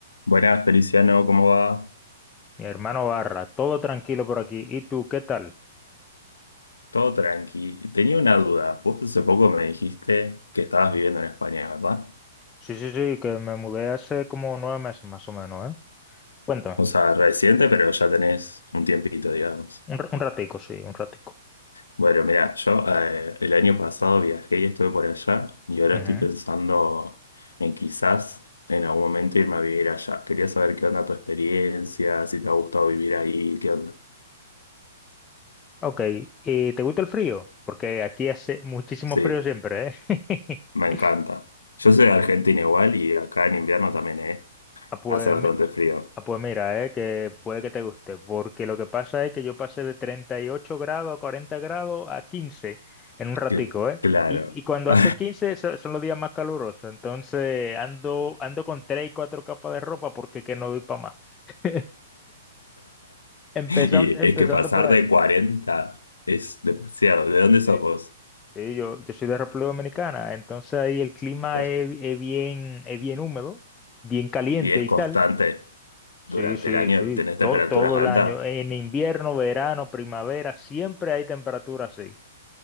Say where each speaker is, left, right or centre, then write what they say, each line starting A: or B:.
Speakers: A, on the left (about 80°); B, on the left (about 15°).
A: Buenas, Feliciano, ¿cómo va?
B: Mi hermano Barra, todo tranquilo por aquí. ¿Y tú, qué tal?
A: Todo tranqui. Tenía una duda. Vos hace poco me dijiste que estabas
B: Ujú.
A: viviendo en España, ¿verdad?
B: Sí, sí, sí, que me mudé hace como nueve meses más o menos, ¿eh? Cuéntame.
A: O sea, reciente, pero ya tenés un tiempito, digamos.
B: Un, ra- un ratico, sí, un ratico.
A: Bueno, mirá, yo eh, el año pasado viajé y estuve por allá y ahora
B: Ujú.
A: estoy pensando en quizás en algún momento irme a vivir allá. Quería saber qué onda tu experiencia, si te ha gustado vivir ahí, qué onda.
B: Ok, ¿y te gusta el frío? Porque aquí hace muchísimo
A: Sí,
B: frío siempre, ¿eh?
A: me
B: <laughs>
A: encanta. Yo soy de Argentina igual y acá en invierno también, ¿eh?
B: Ah, pues
A: Hace bastante
B: mi-
A: frío.
B: Ah, pues mira, eh, que puede que te guste, porque lo que pasa es que yo pasé de 38 grados a 40 grados a 15 en un ratico,
A: Cl-
B: ¿eh?
A: Claro.
B: Y, y cuando
A: <laughs>
B: hace 15 so- son los días más calurosos, entonces ando, ando con 3 y 4 capas de ropa porque que no doy para más. <laughs> Empezando,
A: Y
B: empezando
A: es que pasar
B: por ahí.
A: de cuarenta es demasiado. ¿De dónde sos
B: Sí.
A: vos?
B: Sí, yo, yo soy de República Dominicana, entonces ahí el clima
A: Claro.
B: es, es bien, es bien húmedo, bien caliente
A: Y es
B: y
A: constante.
B: tal. Sí,
A: Durante
B: sí,
A: el año
B: sí,
A: tenés
B: to-
A: temperaturas
B: todo
A: altas.
B: el año, en invierno, verano, primavera, siempre hay temperatura así.